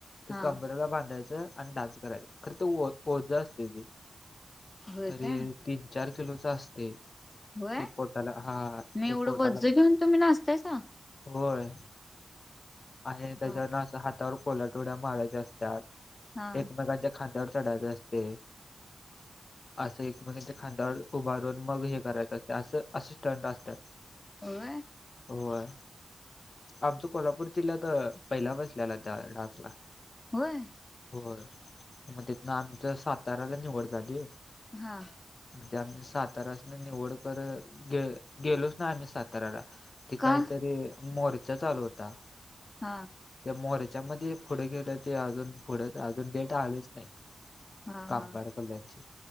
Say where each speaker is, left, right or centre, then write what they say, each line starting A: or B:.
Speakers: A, on the left; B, on the left.
A: ते
B: हा
A: कमरला बांधायचं आणि डान्स करायच खरं ते ओ ओझ असतय ते
B: होय
A: तरी
B: काय
A: तीन चार किलोचा असते.
B: होय
A: ते पोटाला हा
B: म
A: ते
B: एवढं
A: पोटाला
B: वज्ज घेऊन तुम्ही नाचतायसा.
A: होय आणि त्याच्यावरण
B: हा
A: असं हातावर कोलाटया उड्या मारायच्या अस त्यात
B: हा
A: एकमेकांच्या खांद्यावर चढायचे असते. असं एकमेकच्या खांदा्यावर उभारून मग हे करायचं असते असं असे स्टंट असत्यात.
B: होय.
A: होय आमच कोल्हापूर जिल्ह्यात पहिला बसलेला त्या डान्सला
B: होय.
A: होय. म तिथन आमचां साताऱ्याला निवड झाली.
B: हा
A: ते आमचां साताऱ्यांसनी निवड कर गे गेलोच ना आम्ही साताराला ते
B: का
A: कायतरी मोर्चा चालू होता.
B: हां
A: त्या मोर्याच्या मध्ये पुढं गेलं ते अजून पुढं अजून डेटा आलंच नाही.
B: हा
A: कामगार
B: हा
A: कल्याणची